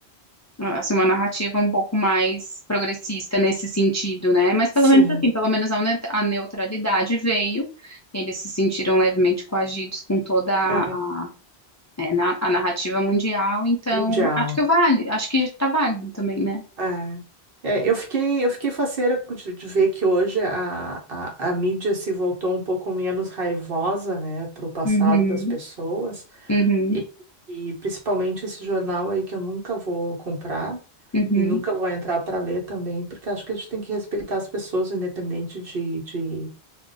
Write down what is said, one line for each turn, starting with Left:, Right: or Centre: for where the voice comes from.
Left: assim, uma narrativa um pouco mais progressista nesse sentido, né? Mas
Right: sim,
Left: pelo menos assim, pelo menos a ne- a neutralidade veio, eles se sentiram levemente coagidos com toda a,
Right: é,
Left: a, é, na- a narrativa mundial, então
Right: mundial.
Left: acho que vale, acho que está válido também, né?
Right: É, É, eu fiquei, eu fiquei faceira de, de ver que hoje a, a, a mídia se voltou um pouco menos raivosa, né, para o passado
Left: Uhum,
Right: das pessoas,
Left: uhum,
Right: e, e principalmente esse jornal aí que eu nunca vou comprar
Left: uhum,
Right: e nunca vou entrar para ler também, porque acho que a gente tem que respeitar as pessoas, independente de, de,